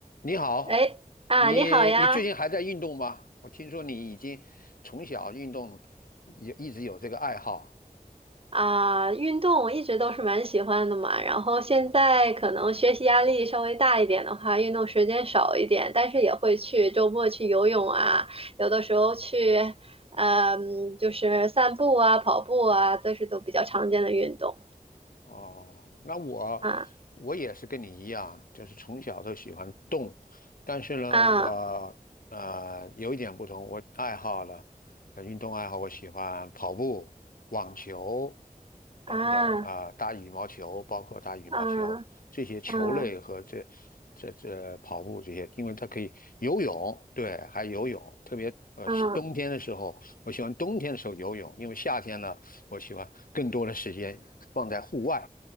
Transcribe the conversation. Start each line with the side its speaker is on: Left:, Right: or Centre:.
Left: 你好，
Right: 哎啊，
Left: 你你最近还在运动吗？
Right: 你好呀！
Left: 我听说你已经从小运动，也一直有这个爱好。
Right: 啊，运动我一直都是蛮喜欢的嘛，然后现在可能学习压力稍微大一点的话，运动时间少一点，但是也会去周末去游泳啊，有的时候去，嗯，就是散步啊、跑步啊，这是都比较常见的运动
Left: 哦，那我
Right: 啊
Left: 我也是跟你一样，就是从小都喜欢动，但是呢，
Right: 啊
Left: 我呃有一点不同，我爱好了，呃运动爱好，我喜欢跑步、网球，等等啊，
Right: 啊
Left: 打羽毛球，包括打羽毛球这些球类和这
Right: 啊啊
Left: 这这跑步这些，因为它可以游泳，对，还游泳，特别呃冬天的时候，
Right: 啊！
Left: 我喜欢冬天的时候游泳，因为夏天呢，我喜欢更多的时间放在户外，